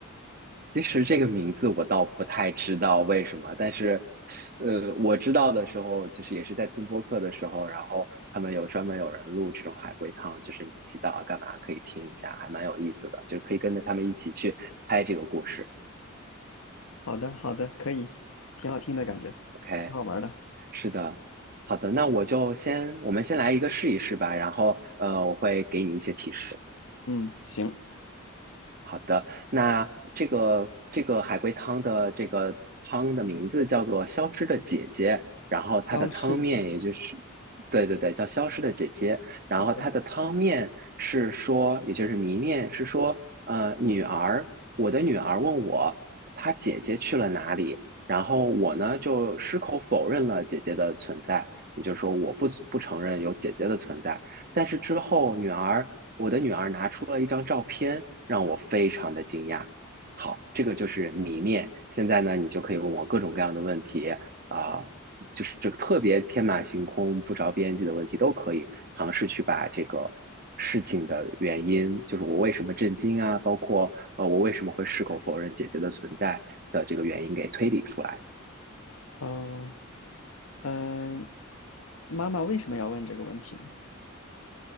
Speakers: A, on the right; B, on the left.
A: 其实这个名字我倒不太知道为什么，但是，呃，我知道的时候就是也是在听播客的时候，然后他们有专门有人录这种海龟汤，就是你洗澡啊干嘛可以听一下，还蛮有意思的，就是可以跟着他们一起去猜这个故事。
B: 好的，好的，可以，挺好听的感觉，
A: OK，
B: 挺好玩的。
A: 是的。好的，那我就先，我们先来一个试一试吧，然后呃，我会给你一些提示。
B: 嗯，行。
A: 好那这个这个海龟汤的这个汤的名字叫做《消失的姐姐》，然后它的汤面也就是，
B: 消失的姐姐，
A: 对对对，叫《消失的姐姐》，然后它的汤面是说，
B: 好的。
A: 也就是谜面是说，呃，女儿，我的女儿问我，她姐姐去了哪里，然后我呢就矢口否认了姐姐的存在，也就是说我不不承认有姐姐的存在，但是之后女儿。我的女儿拿出了一张照片，让我非常的惊讶。好，这个就是谜面。现在呢，你就可以问我各种各样的问题啊、呃就是特别天马行空、不着边际的问题都可以尝试去把这个事情的原因，就是我为什么震惊啊，包括呃我为什么会矢口否认姐姐的存在的这个原因给推理出来。
B: 嗯嗯，妈妈为什么要问这个问题呢？